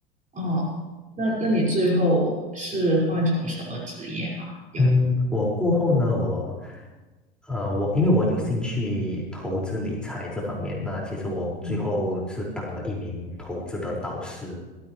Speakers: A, on the right; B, in the centre.
A: 哦，那那你最后是换成什么职业吗？有
B: 嗯，我过后呢，我，呃，我因为我有兴趣投资理财这方面，那其实我最后是当了一名投资的导师。
A: 嗯